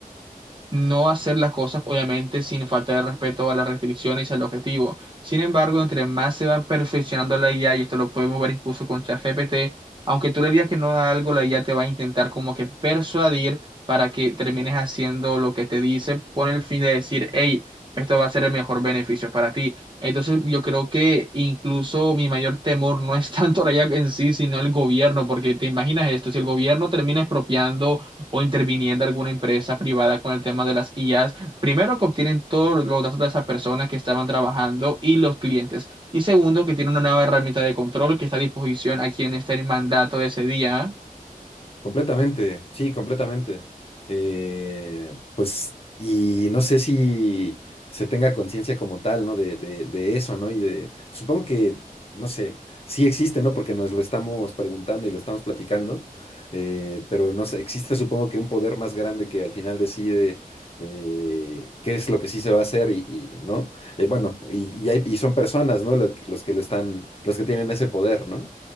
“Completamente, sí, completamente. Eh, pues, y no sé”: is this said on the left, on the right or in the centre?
Left